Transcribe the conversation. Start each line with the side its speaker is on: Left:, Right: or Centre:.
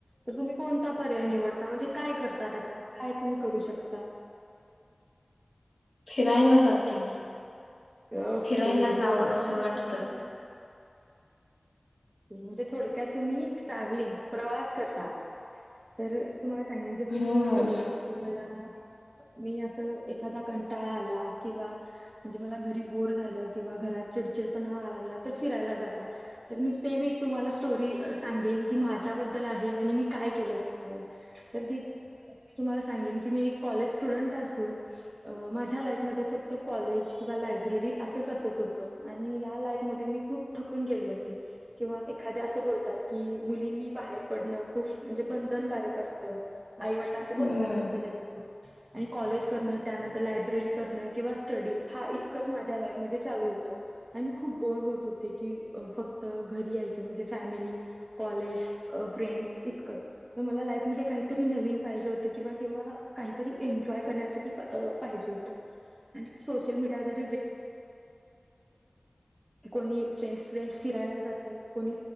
Right: तर तुम्ही कोणता पर्याय निवडता म्हणजे काय करता त्याच्यावर काय तुम्ही करू शकता?
Left: फिरायला जाते मी.
Right: ओके
Left: फिरायला जावं
Right: गुड.
Left: असं
Right: म्हणजे
Left: वाटतं
Right: के म्हणजे थोडक्यात तुम्ही ट्रॅव्हलिंगस, प्रवास करता. तर तुम्हाला सांगेन जसं
Left: हम्म
Right: की तुम्ही बोललात की मला मी असं एखादा कंटाळा आला किंवा म्हणजे मला घरी बोर झालं किंवा घरात चिडचिड पणा व्हाय लागला तर फिराय ला जाता तर मीस नेहमी तुम्हाला स्टोरी सांगेन जी माझ्याबद्दल आहे आणि मी काय केलं त्याच्यावर तर ती मी तुम्हाला सांगेन की मी एक कॉलेज स्टुडंट असून माझ्या लाईफमध्ये फक्त कॉलेज <inaudible> री असचं असत होतं आणि यालाई मध्ये मी खूप थकून गेले होते किंवा एखाध्या असं बोलतात की मुलींनी बाहेर पडणं खूप म्हणजे बंधनकारक असतं आईवडिलांचं बंधन
Left: हम्म
Right: असतं त्या आणि कॉलेज करणं, त्यानंतर लायब्ररी करणं किंवा स्टडी हा चं माझ्या लाईफ मध्ये चालू होतं आणि मी खूप बोर होत होते की फक्त घरी यायच म्हणजे फॅमिली, कॉलेज, फ्रेंडस इतकं तर मला लाईफमध्ये काहीतरी नवीन पाहिजे हो किंवा काहीतरी एन्जॉय करण्यासाठी अ पाहिजे होतं आणि सोशल मिडिया <inaudible> कुणी फ्रेंड्स फ्रेंड्स फिरायला जातंय